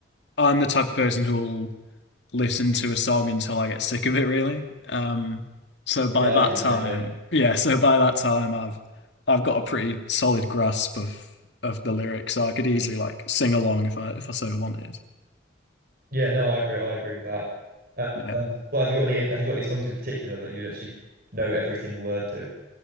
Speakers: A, on the left (about 65°); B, on the right (about 50°).
A: I'm the type of person who'll listen to a song until I get sick of it, really. Um, so by
B: yeah
A: that
B: I do the
A: time,
B: same thing
A: yeah, so by that time I've I've got a pretty solid grasp of of the lyrics, so I could easily like sing along if I if I so wanted.
B: yeah no I agree I agree with that um
A: Yeah.
B: well have you got any have you got any songs in particular that you actually know every single word to